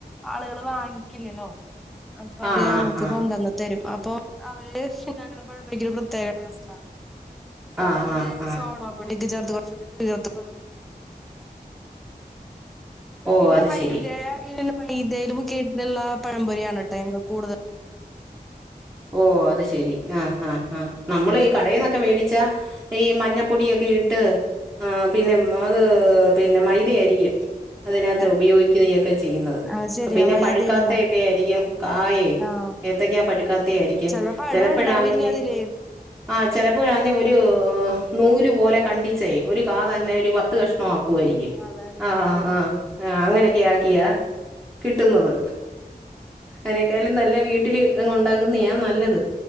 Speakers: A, in the centre; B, on the right (about 20°).
A: ആളുകൾ വാങ്ങി യ്ക്കില്ലല്ലോ അപ്പൊ അവര്
B: ആഹ്
A: ഞ
B: ആഹ്
A: ങ്ങക്ക്
B: ആഹ്
A: കൊണ്ടുവന്ന് തരും അപ്പം അവര് <unintelligible> ക്ഷാക്കണപ്പോഴക്ക ഒരു പ്രത്യേകതസ്ഥ അവര്
B: ആഹ്
A: അതില്
B: ആഹ് ആഹ് ആഹ്
A: സോഡാപൊടി ഒക്കെ ചേർത്തെ കൊറച്ചൂടി <unintelligible> ചെറുറ
B: ഓ
A: ഇവിടെ
B: അത്
A: മൈ
B: ശരി
A: <unintelligible> മൈദേലെ മുക്കിട്ടിലുള്ള പഴംമ്പൊരി ആണേട്ടോ ഞങ്ങക്കെ കൂടുതലെ
B: ഓ അത് ശെരി ആ ആ ആ
A: കടലമാവ്
B: നമ്മളീ കടയിൽന്നൊക്കെ മേടിച്ചാ ഈ മഞ്ഞപ്പൊടിയൊക്കെ ഇട്ട് ആ പിന്നെ അത് പിന്നെ മൈദയാരിക്കും അതിനകത്ത്
A: അതെ
B: ഉപയോഗിക്കുന്യൊക്കെ ചെയ്യുന്നത്
A: അത് ശരിയാ
B: പിന്നെ
A: മൈദ
B: പഴുക്കാത്ത
A: തന്നെയാ
B: ഒക്കെ ആയിരിക്കും കായേ
A: ആഹ്
B: ഏത്തക്കാ പഴി ട്ടയടിക്കും
A: ചെലപ്പോ പടം
B: ചെലപ്പഴാണെങ്കിൽ
A: ഉണ്ടാവില്ല അതില്
B: ചെലപ്പാ ചിലപ്പോഴാന്നേ ഒരു നൂല് പോലെ കണ്ടിച്ചേ ഒരു കാതന്നെ ഒരു പത്ത് കഷ്ണമാക്കും ക്കുവാരിക്കും
A: അതന്നെ
B: ആ
A: ആഹ്
B: ആ ആ അങ്ങനൊക്കെ ആക്കിയാ കിട്ടുന്നത് അതിനേക്കാളും നല്ല വീട്ടിലിതങ്ങോട്ടാക്കുന്നെയാ നല്ലത്